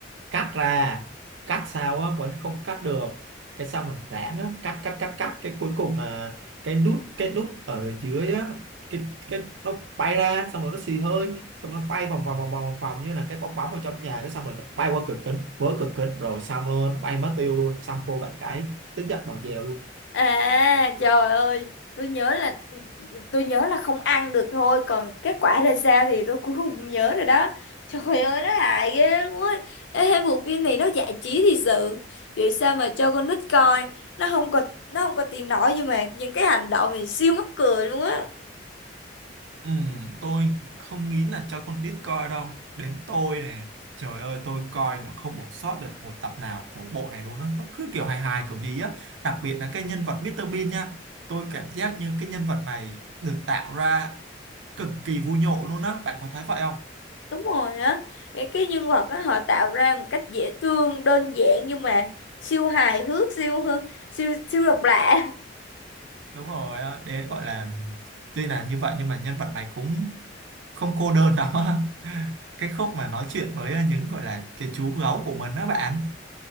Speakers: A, on the right; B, on the left.
A: cắt ra cắt sao á vẫn không cắt được cái sau mình rãng á cắt cắt cắt cắt cái cuối cùng là cái nút cái nút ở dưới á cái cái nó bay ra xong rồi nó xì hơi xong nó bay vòng vòng vòng vòng vòng vòng như là cái bong bóng ở trong nhà cái xong rồi nó bay qua cửa kính vỡ cửa kính rồi xong luôn bay mất tiêu luôn xong cô bạn gái tức giận bỏ về luôn
B: À trời ơi, tôi nhớ là tôi nhớ là không ăn được thôi, còn kết quả ra sao thì tôi cũng không nhớ rồi đó. Trời ơi nó hại ghê luôn á. Ê, <laughs> bộ phim này nó giải trí thì sự. Vậy sao mà cho con nít coi, nó không có nó không có tiền nổi nhưng mà những cái hành động này siêu mắc cười luôn á.
A: Ừ, tôi không nghĩ là cho con nít coi đâu đến tôi này trời ơi tôi coi mà không bỏ sót được một tập nào của bộ này luôn á nó cứ kiểu hài hài kiểu gì á đặc biệt là cái nhân vật Mr. Bean nha tôi cảm giác như cái nhân vật này được tạo ra cực kỳ vui nhộn luôn á bạn có thấy vậy không
B: Đúng rồi á. Cái cái nhân vật á họ tạo ra một cách dễ thương, đơn giản nhưng mà siêu hài hước, siêu siêu siêu độc lạ.
A: đúng rồi á đấy gọi là tuy là như vậy nhưng mà nhân vật này cũng không cô đơn lắm á <laughs> cái khúc mà nói chuyện với những gọi là cái chú gấu của mình đó bạn